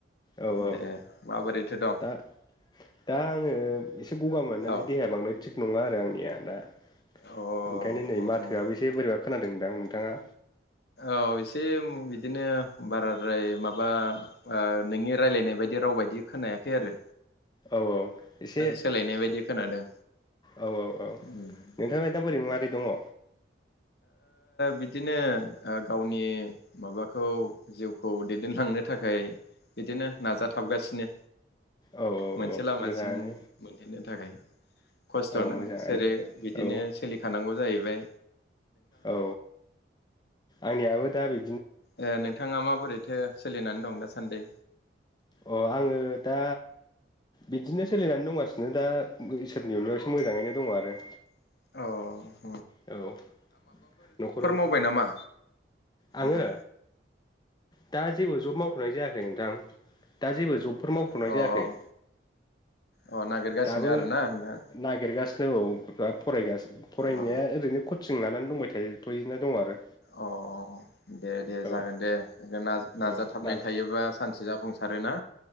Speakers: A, on the left (about 25°); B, on the left (about 60°).
A: औ औ
B: दे माबोरैथो दं
A: दा दा आङो। एसे गगा मोननानैेहाया
B: औ
A: बांद्राय थिग नङा आरो आं
B: अ
A: ायनो न
B: हुम हुम
A: मोसे बोर ब खोनादोंमोन दां आं नोंथाङा?
B: औ एसे बिदिनो बाराद्राय माबा नोंनि रायलायनाय बायदि राव बायदि खोनायाखै आरो।
A: औ औ। एसे
B: सोलायनाय बायदि खोनादों
A: औ औ औ
B: उम
A: नोंथांा दा बोरै माबोरै? दङ
B: बिदिनो गावनि माबाखौ जिउखौ दैदेनलांनो थाखाय बिदिनो नाजाथाबगासिनो।
A: औ
B: मोनसे
A: औ
B: लामासिम
A: मोजाङानो
B: मोनहैनो। नि थाखाय खस्थ'नाा
A: औ मोजाङानो
B: जेरै बिदिनो
A: औ
B: सोलिखानांगौ जायो। बेबाय
A: औ आंनियाबो दाबि
B: ए नोंथाङा माबोरैथो सोलिनानै दं दासान्दि?
A: अ आङो दा बिदिनो सोलिनानै दंगासिनो दा इसोरनि उननायाव एसे मोजाङैनो दङ आरो।
B: औ।
A: औ। न'खराव,
B: मावबाय नामा
A: आङो?
B: नोंथाङा
A: दा जेबो जब मावथ'नाय जायाखै नोंथां, दा जेबो जबफोर मावथ'नाय
B: हो
A: जायाखै।
B: अ अ नागिरगासिनो
A: दाबो
B: आरोना नोंथां
A: न फगासिनो औ द फरायगासिनो फरायनाया
B: अ
A: ओरैनो कचं जों लानानै दंबाय थायो। गायथ'यैनो दं आरो।
B: अ दे दे जागोन
A: औ
B: दे दे नाजाथाबनाय
A: औ नाज
B: थायोबा सानसे जाफुंसारो ना?